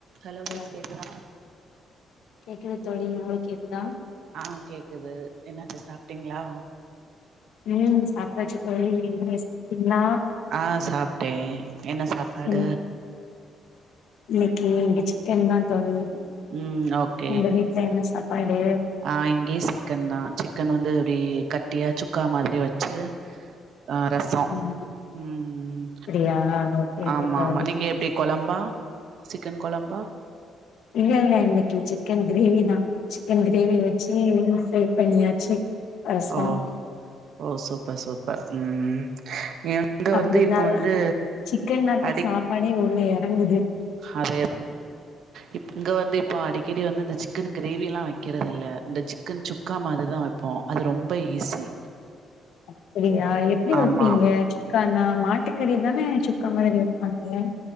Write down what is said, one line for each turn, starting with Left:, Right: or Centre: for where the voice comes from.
Right: ஹலோசிஸ்
Left: Hello
Right: கே்கதா
Left: கேக்குது தோழி உங்களுக்கு கேக்குதா
Right: ஆஹ் கேக்குது என்னாச்சு சாப்பிட்டீங்களா
Left: ம் சாப்ட்டச்சு அ நீ சாப்டிங்களா
Right: ஆ சாப்ட்டே என்ன சாப்பாடு
Left: ம் இன்னைக்கு இங்க சிக்கன் தான் தோழி
Right: ம் ஓகே
Left: உங்க வீட்ல என்ன சாப்பாடு
Right: ஆ இங்கேயு சிக்கன் தான் ச க்கன் வந்து அப்படி கட்டியா சுக்கா மாதிரி வச்சு ஆ ரசம்
Left: ம்
Right: ம்
Left: அப்டியா ஓகே ஓகே
Right: ஆமா
Left: தோழி
Right: ஆமா நீங்க எப்படி கொழம்பா சிக்கன் கொலம்பா
Left: இல்லைல்ல இன்னைக்கு சிக்கன் கிரேவி தான் சிக்கன் கிரேவி வச்சு சே பண்ணியாச்சு ரசம்
Right: ஓ ஓ ஓ சூப்பர் சூப்பர் ம் ம் ம் எங்க
Left: அப்டின்னாதா
Right: வந்து இப்ப வந்து
Left: சிக்கன்னாதா
Right: அடி
Left: சாப்பாடே உள்ள எறங்குது
Right: அத இ இங்க வந்து இப் இப்போ அடிக்கடி வந்து இந்த சிக்கன் கிரேவியெலாம் வைக்கிறது இல்ல இந்த சிக்கன் சுக்கா மாதிரி தான் வைப்போம் அது ரொம்ப ஈஸி
Left: <unintelligible> ஆ எப்படி வைப்பீங்க
Right: ஆமா.
Left: சிக்கானா மாட்டுக்கு டி தானே சுக்கா மாிர இருப்பாங்கங்க